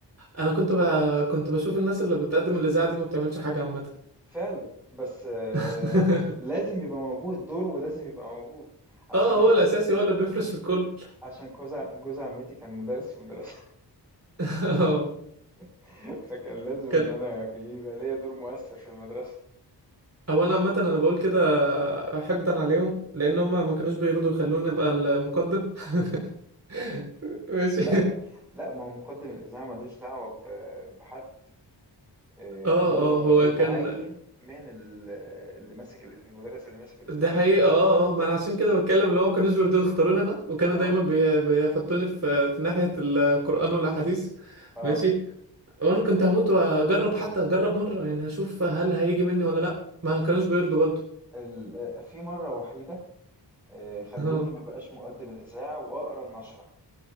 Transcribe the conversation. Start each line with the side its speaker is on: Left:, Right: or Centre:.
Right: انا كنت ب... كنت بشوف الناس اللي بتقدم الاذاعه دي ما بتعملش حاجه عامه
Centre: فعلا بس آه
Right: <laughs>
Centre: لازم يبقى موجود دور ولازم يبقى موجود عشان
Right: اه هو
Centre: انا
Right: الاساسي هو اللي بيفرش للكل
Centre: عشان جوز ع- جوز عمتي كان مدرس في المدرسه
Right: <laughs> اه
Centre: <laughs> فكان لازم ان
Right: كان
Centre: انا يبقى ليا دور مؤثر في المدرسه
Right: اولا عامه انا بقول كده حقدا عليهم لان هم ما كانوش بيرضوا يخلوني ابقى المقدم <laughs> ماشي
Centre: لا لا ما هو مقدم الاذاعه ملوش دعوه ب- بحد
Right: <laughs>
Centre: آه،
Right: اه
Centre: هو
Right: اه هو
Centre: بيتعين
Right: كان
Centre: من ال- اللي ماسك ال- المدرس اللي ماسك الإذاعة
Right: ده حقيقة
Centre: المدرسية
Right: اه اه آه، ما انا عشان كده بتكلم اللي هو ما كانوش بيرضوا يختاروني انا وكانوا
Centre: اه
Right: دايما بي- بيحطوني في في ناحية القرآن والاحاديث
Centre: اه
Right: ماشي وانا كنت هموت واجرب حتى اجرب مرة يعني اشوف هل هيجي مني ولا لا ما كانوش
Centre: ال-
Right: بيرضوا برضه
Centre: ال- آه، في مرة وحيدة آه، خلوني
Right: اه
Centre: ما بقاش مقدم الإذاعة وأقرأ النشرة